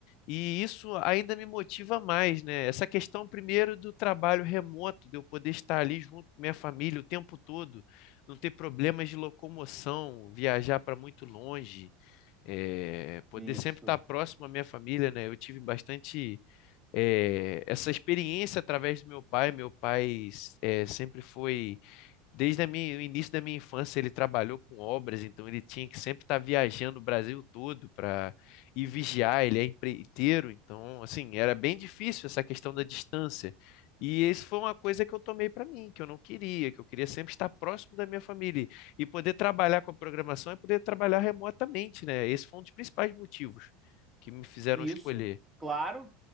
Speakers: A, on the left; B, on the right.
A: E isso ainda me motiva mais, né? Essa questão, primeiro, do trabalho remoto, de eu poder estar ali junto com minha família o tempo todo, não ter problemas de locomoção, viajar para muito longe, eh, poder
B: isso.
A: sempre estar próximo à minha família, né? Eu tive bastante, eh, essa experiência através do meu pai. Meu pai, eh, sempre foi Desde a minha- o início da minha infância, ele trabalhou com obras, então ele tinha que sempre estar viajando o Brasil todo para ir vigiar. Ele é empreiteiro, então, assim, era bem difícil essa questão da distância. E isso foi uma coisa que eu tomei para mim, que eu não queria, que eu queria sempre estar próximo da minha família. E poder trabalhar com a programação é poder trabalhar remotamente, né? Esse foi um dos principais motivos que me fizeram
B: Isso,
A: escolher.
B: claro.